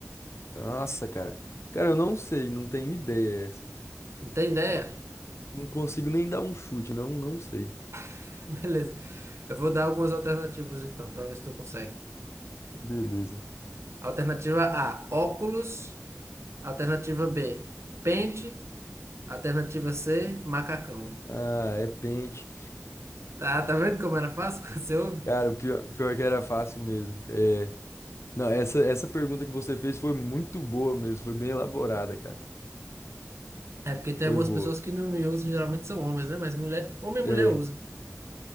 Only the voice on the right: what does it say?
Não tem ideia?
<laughs> Beleza. Eu vou dar algumas alternativas então, para ver se tu consegue.
Alternativa A, óculos. Alternativa B, pente. Alternativa C, macacão.
Tá, tá vendo como era fácil <laughs> quando você ouve?
É porque tem
algumas
pessoas que não me usam, geralmente são homens, né? Mas mulher, homem e
mulher usa.